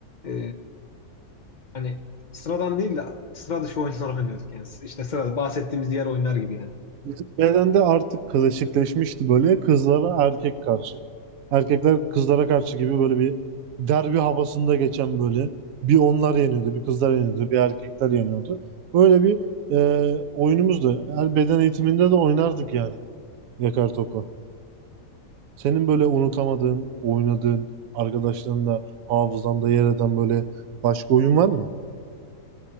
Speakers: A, on the left; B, on the right.
A: e, hani sıradan değil de sıra dışı oyunlar <laughs> oynuyorduk yani. İşte sırada bahsettiğimiz diğer oyunlar gibi yani.
B: Bizim bedende artık klasikleşmişti böyle kızlara erkek karşı. Erkekler kızlara karşı gibi böyle bir derbi havasında geçen böyle bir onlar yeniyordu, bir kızlar yeniyordu, bir erkekler yeniyordu. Böyle bir e, oyunumuzdu. Her beden eğitiminde de oynardık yani yakar topu. Senin böyle unutamadığın, oynadığın, arkadaşlarında, hafızanda yer eden böyle başka oyun var mı?